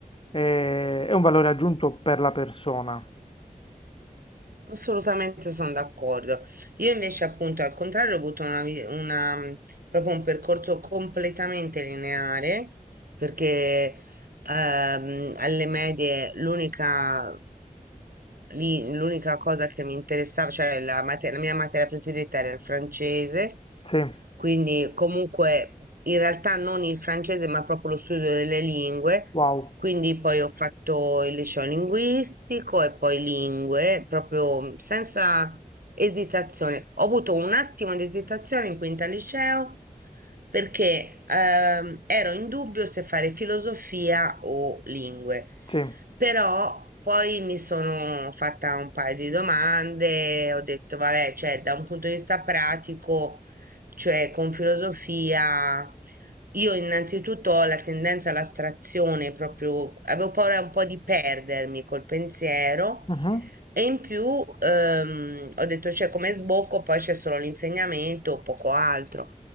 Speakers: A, on the left (about 35°); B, on the right (about 80°).
A: eh, e un valore aggiunto per la persona.
B: Assolutamente sono d'accordo. Io invece, appunto, al contrario, ho avuto una, vi- una, mh, proprio un percorso completamente lineare, perché ehm, alle medie l'unica lì l'unica cosa che mi interessava, cioè la, mate- la mia materia preferita era il francese,
A: Sì,
B: quindi comunque in realtà non il francese, ma proprio lo studio delle lingue.
A: wow,
B: Quindi poi ho fatto il liceo linguistico e poi lingue, proprio senza esitazione. Ho avuto un attimo di esitazione in quinta liceo perché ehm, ero in dubbio se fare filosofia o lingue,
A: sì.
B: però poi mi sono fatta un paio di domande, ho detto, vabbè, cioè da un punto di vista pratico, cioè con filosofia, io innanzitutto ho la tendenza all'astrazione, proprio avevo paura un po' di perdermi col pensiero.
A: Mhm,
B: E in più ehm, ho detto, cioè, come sbocco poi c'è solo l'insegnamento, poco altro.